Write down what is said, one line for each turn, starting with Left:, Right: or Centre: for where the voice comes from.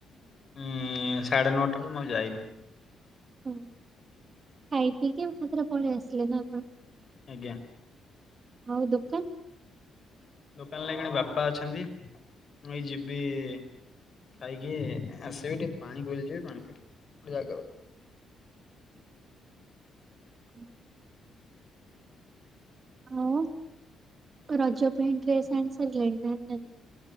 Left: ଉଁ ସାଢ଼େ ନଅଟାରୁ ମୁଁ ଆଉ ଯାଇନି।
Right: ଓ ଖାଇ ପିଇକି ଏକାଥରେ ପଳେଇ ଆସିଲେ ନା କଣ?
Left: ଆଜ୍ଞା।
Right: ଆଉ ଦୋକାନ୍?
Left: ଦୋକାନ ରେ ଏଇଖଣି ବାପା ଅଛନ୍ତି, ମୁଁ ଏଇ ଯିବି- ଖାଇକି ଆସିବି ଟିକେ ପାଣି ବୁଲିଯିବି ପାଣି ଗୋଟେ ଜାଗାକୁ।
Right: ହୁ। ଆଉ ରଜ ପାଇଁ ଡ୍ରେସ୍ ଆଣିସାରିଲେଣି ନା ଆଣିନାଇଁ।